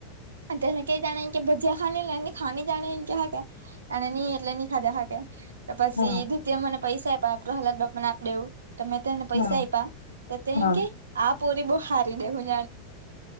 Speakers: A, on the right; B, on the left.
A: અ <unintelligible> કઈ જાણે કે ભજીયા ખા એ એ ખા જાણે કે હા ન એટલે ખાધે હ કે તો પછી
B: હા
A: ભજીયા મને પૈસા આપ આપ હલાત બાપ ને આપ દેવું તમે તને પૈસા
B: હા
A: એઈપા તે થઈ
B: હા
A: કે આ પરી બહાર <unintelligible> વું